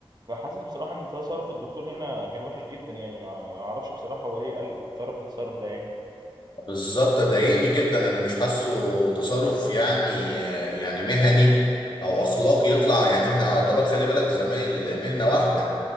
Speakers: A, on the right (about 45°); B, on the left (about 50°).
A: فحاسس بصراحه ان تصرف الدكتور هنا كان وحش جدا يعني ما ما اعرفش بصراحه هو ليه قال تصرف بالتصرف ده يعني
B: بالظبط ضايقني جدا انا مش حاسه تصرف يعني يعني مهني او اخلاقي يطلع يعني احنا يعتبر خلي بالك زمايل مهنه واحده